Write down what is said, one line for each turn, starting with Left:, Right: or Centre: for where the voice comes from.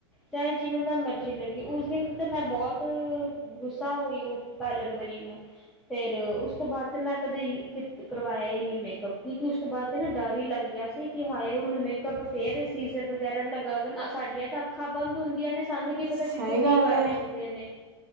Centre: ਚਾਹੇ ਜਿਵੇਂ ਤਾਂ ਮਰਜ਼ੀ ਲੱਗੀ ਉਸ ਦਿਨ ਤੇ ਮੈਂ ਬਹੁਤ ਗੁੱਸਾ ਹੋਈ ਉਹ ਪਾਰਲਰਵਰੀ ਨੂੰ ਫਿਰ ਉਸ ਤੋਂ ਬਾਅਦ ਤੇ ਮੈਂ ਕਦੇ ਕਰਵਾਇਆ ਹੀ ਨ ਮੇਕਅਪ ਕਿਉਂਕਿ ਉਸ ਤੋਂ ਬਾਅਦ ਤੇ ਨਾ ਡਰ ਹੀ ਲੱਗ ਗਿਆ ਸੀ ਕਿ ਹਾਏ ਹੁਣ ਮੇਕਅੱਪ ਫੇਰ ਸੀਜ਼ਰ ਵਗੈਰਾ ਲਗਾ ਸਾਡੀਆਂ ਤਾਂ ਅੱਖਾਂ ਬੰਦ ਹੁੰਦੀਆਂ ਨੇ ਸਾਨੂੰ ਕੀ
Right: ਸਹੀ
Centre: ਪਤਾ ਪਿੱਛੋਂ
Right: ਗੱਲ
Centre: ਕੀ ਕਰ
Right: ਏ।
Centre: ਰਹੇ ਹੁੰਦੇ ਨੇ